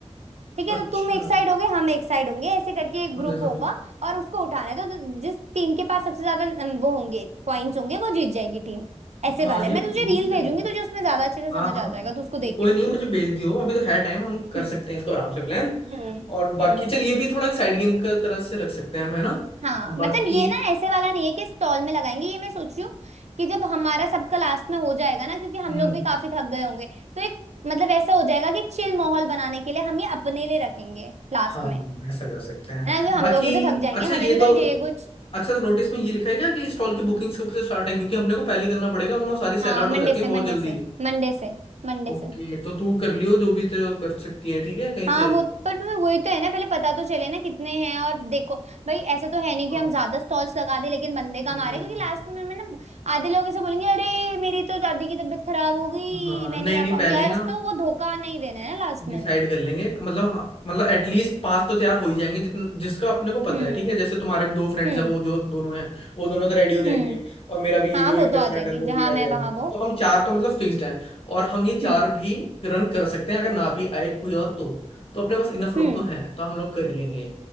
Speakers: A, on the right; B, on the left.
A: ठीक है
B: अच्छा
A: तो तुम एक साइड होगे हम एक साइड होंगे ऐसे करके
B: समझा
A: एक ग्रुप
B: समझा
A: होगा और उसको उठाना है तो जो- जिस टीम के पास सबसे ज्यादा नम- वो होंगे पॉइंट्स होंगे वो जीत जाएगी टीम ऐसे
B: हाँ
A: वाला
B: ये
A: है मैं तुझे
B: ये भी
A: रील
B: सही
A: भेजूंगी
B: है
A: तुझे उसमें ज्यादा अच्छे से
B: हाँ
A: समझ
B: हाँ
A: आ जाएगा तू उसको देखियो
B: कोई नहीं मुझे भेज दियो अभी तो है टाइम हम कर
A: हम्म
B: सकते हैं इसको आराम से प्लान
A: हम्म
B: और बाकी
A: हम्म
B: चल ये भी थोड़ा एक साइड गेम का तरह से रख सकते हैं हम है ना
A: हाँ
B: बाकी
A: मतलब ये ना ऐसे वाला नहीं है कि स्टॉल में लगाएंगे ये मैं सोच रही हूँ कि जब हमारा सबका लास्ट में हो जाएगा ना क्योंकि हम
B: हम्म
A: लोग भी काफी थक गए होंगे तो एक मतलब ऐसा हो जाएगा कि चिल माहौल बनाने के लिए हम ये अपने लिए रखेंगे लास्ट
B: हाँ
A: में
B: ऐसा कर सकते हैं
A: है ना कि हम
B: बाकी
A: लोग भी तो थक जाएंगे
B: अच्छा
A: हमें
B: ये
A: भी तो
B: तो
A: चाहिए कुछ
B: अच्छा नोटिस में ये लिखा है क्या कि स्टॉल की बुकिंग्स कब से स्टार्ट है क्योंकि अपने को पहले ही करना पड़ेगा वरना वो सारी सेल
A: हाँ
B: आउट
A: मंडे
B: हो जाती
A: से
B: है बहुत
A: मंडे
B: जल्दी
A: से मंडे से मंडे
B: ओके
A: से
B: तो तू कर लियो जो भी तो कर सकती है ठीक है कहीं
A: हाँ
B: से
A: वो पर फिर वही तो है ना पहले पता तो चले ना कितने हैं और देखो भाई ऐसा तो है नहीं कि
B: हाँ
A: हम ज्यादा स्टॉल्स लगा दे लेकिन बंदे कम
B: नहीं
A: आ रहे क्योंकि लास्ट में में ना आधे लोग ऐसे बोलेंगे अरे मेरी तो दादी की तबीयत खराब हो गई
B: हाँ
A: मैं
B: नहीं
A: नहीं आ
B: नहीं
A: पाऊंगी
B: पहले ही
A: आज
B: ना
A: तो वो धोखा नहीं देना है ना लास्ट
B: डिसाइड
A: में
B: कर लेंगे मतलब हाँ मतलब एटलीस्ट पांच तो तैयार हो ही जाएंगे जितन जिसका अपने को पता
A: हम्म
B: है ठीक है जैसे तुम्हारे भी दो फ्रेंड्स
A: हम्म
B: हैं वो जो दोनों हैं वो दोनों तो रेडी हो जाएंगे
A: हम्म
B: और मेरा भी ये
A: हाँ
B: जो
A: वो
B: एक
A: तो
B: बेस्ट
A: आ
B: फ्रेंड
A: जाएंगे
B: है वो
A: जहां
B: भी आ
A: मैं
B: जाएगा
A: वहां वो
B: तो हम चार तो मतलब फिक्स्ड हैं और हम ये चार
A: हम्म
B: भी रन कर सकते हैं अगर ना भी आए कोई और तो तो अपने पास इनफ लोग
A: हम्म
B: तो हैं तो हम लोग कर ही लेंगे